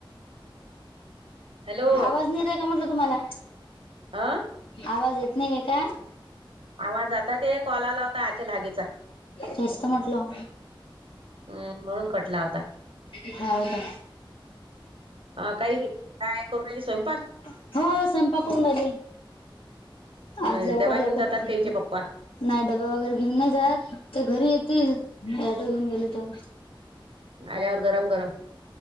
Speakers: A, on the right (about 80°); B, on the left (about 80°).
A: हॅलो
B: आवाज नायी येतय का म्हटलं तुम्हाला?
A: हा
B: आवाज येत नाहीय का?
A: आवाज आ ते कॉल आला होता, आच्या लागेचा
B: तेच तर म्हटलं
A: हम्म, म्हणून कटला होता
B: हो का
A: हा काही काय करू राहीली? स्वयंपाक
B: हो स्वयंपाक करून राह्यली
A: अं,
B: आज लवकर,
A: डबा
B: लवकर,
A: घेऊन जातात
B: कोणय?
A: काहीचे पप्पा
B: नाय डब्बे वगैरे घेऊन नाय जात, ते घरी येतील ॲटो घेऊन गेले तर
A: आल्यावर गरम गरम